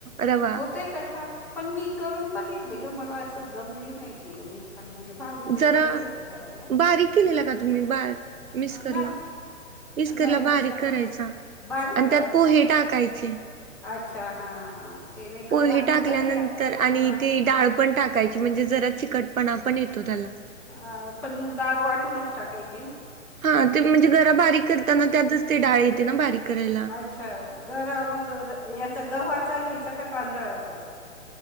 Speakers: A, on the right; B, in the centre.
A: रवा
B: होतय का छान पण मी करून बघितली ग मला असं जमली नाही ती एवढी पण म्हणजे भाजून वगैरे
A: जरा
B: घेते ते रवा
A: बारीक
B: बारीक
A: केलेला का तुम्ही बार मिस्करला
B: नाही.
A: मिस्करला
B: नाही मिक्सरला
A: बारीक करायचा
B: बारीक
A: आणि
B: करायचा
A: त्यात पोहे
B: का
A: टाकायचे.
B: अच्छा हां हां हां ते नाही
A: पोहे
B: कर आणि
A: टाकल्यानंतर
B: मग दही टाक
A: आणि
B: हां
A: ते डाळ पण टाक म्हणजे, जरा चिकटपणा पण येतो त्याला
B: अ, पण मग, डाळ वाटूनच टाकायची ना
A: हा ते म्हणजे, घरा बारीक करताना त्यातच ते डाळ येते ना बारीक करायला
B: अच्छा गरा मग याचा गव्हाचा घ्यायचा का तांदळाचाच